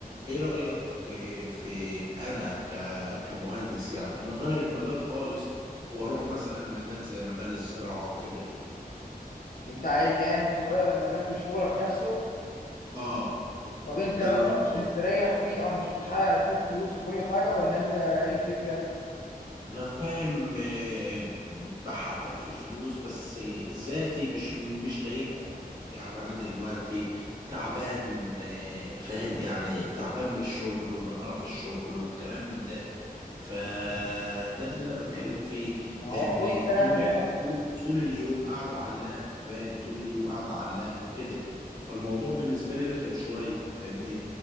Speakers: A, on the right; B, on the left.
A: إيه رأيك إيه في أنا ك كمهندس يعني إن أغير المجال خالص وأروح مثلا مجال زي مجال الزراعة وكده
B: أنت عايز يعني تغير المجال وشغلك نفسه
A: آه
B: طب انت
A: ده
B: مثلا
A: اللي أنا أقصده
B: مش مستريح فيه او مش بتحقق فيه الفلوس وكل حاجه ولا انت ايه الفكره
A: انا فاهم آه، بحقق في فلوس بس ذاتي مش مش لاقيها يعني انا دلوقتي تعبان آه، فاهم يعني تعبان من الشغل ومن قرف الشغل والكلام من ده فده اللي انا بتكلم فيه
B: ما
A: لان
B: هو بص انا
A: طول
B: هفهمك
A: ال... طول طول اليوم قاعده على اللاب فاهم طول اليوم قاعده على اللاب وكده فالموضوع بالنسبه لي رخم شويه فاهمني